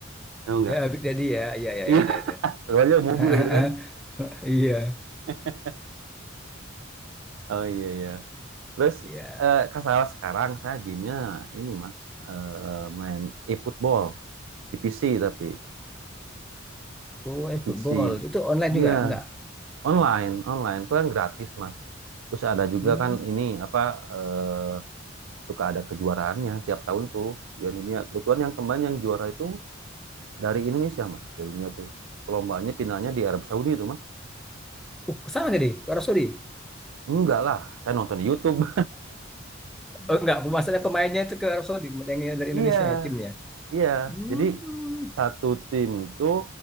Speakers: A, on the right; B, in the centre.
A: tahu nggak
B: ya Big Daddy ya ya iya
A: iya
B: ya, ada itu
A: keluarnya mobil
B: <laughs>
A: gitu kan
B: iya
A: <laughs> oh iya iya terus
B: iya
A: eh kalau sekarang saya gamenya ini mas eh, main e-football di PC tapi
B: oh
A: di
B: eh,
A: PC
B: football itu online
A: iya
B: juga enggak
A: online online itu kan gratis mas terus ada juga
B: hmm
A: kan ini apa eh, suka ada kejuaraannya tiap tahun tuh ya dunia kebetulan yang kemarin yang juara itu dari Indonesia mas dari dunia tuh lombanya finalnya di Arab Saudi itu mas
B: uh ke sana jadi ke Arab Saudi
A: enggak lah saya nonton di YouTube
B: oh enggak maksudnya pemainnya itu ke Arab Saudi yang dari
A: <laughs>
B: Indonesia
A: iya
B: ya timnya
A: iya
B: hmm
A: jadi satu tim tuh